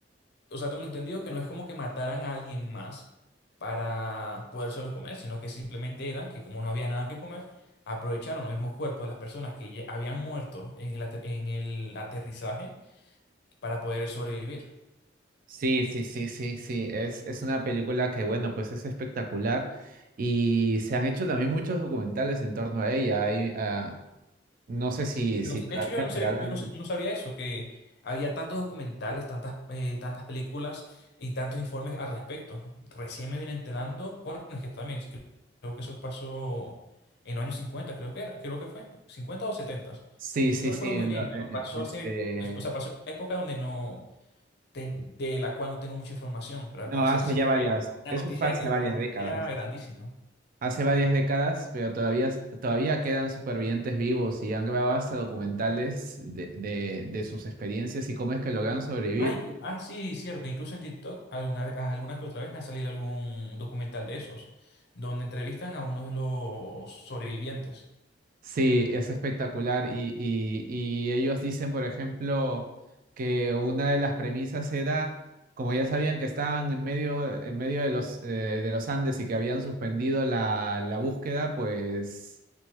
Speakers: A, on the left; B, on the right.
A: o sea, tengo entendido que no es como que mataran a alguien más para podérselo comer, sino que simplemente era que como no había nada que comer, aprovecharon los mismos cuerpos de las personas que ya habían muerto en el ate- en el aterrizaje para poder sobrevivir.
B: Sí, sí, sí, sí, sí. Es, es una película que, bueno, pues es espectacular. Y se han hecho también muchos documentales en torno a ella. Hay, ah, no sé si,
A: Yo
B: si
A: no sé-
B: todavía
A: de hecho, yo no
B: quedarán.
A: sabía, yo no, sé- yo no sabía eso, que había tantos documentales, tantas, eh, tantas películas y tantos informes al respecto. Recién me vine enterando, bueno, es que también creo, creo que eso pasó en los años 50, creo que era, creo que fue, 50 o 70.
B: Sí, sí,
A: No recuerdo
B: sí. en
A: muy bien,
B: lo-
A: pero
B: en-
A: pasó
B: en- este,
A: hace, o sea, pasó en una época donde no, ten- de la cual no tengo mucha información, pero al
B: no,
A: parecer
B: hace
A: sí fue
B: ya varias.
A: una
B: Eso
A: noticia,
B: fue hace
A: eh, una
B: varias
A: noticia
B: décadas.
A: grandísima.
B: Hace varias décadas, pero todavía, todavía quedan supervivientes vivos y han grabado hasta documentales de, de- de sus experiencias y cómo es que lograron sobrevivir.
A: Ah, inclu- ah, sí, cierto. Incluso en TikTok alguna vez, alguna que otra vez me ha salido algún documental de esos, donde entrevistan a uno de los sobrevivientes.
B: Sí, es espectacular. Y, y, y ellos dicen, por ejemplo, que una de las premisas era, como ya sabían que estaban en medio, en medio de los, eh, de los Andes y que habían suspendido la, la búsqueda, pues.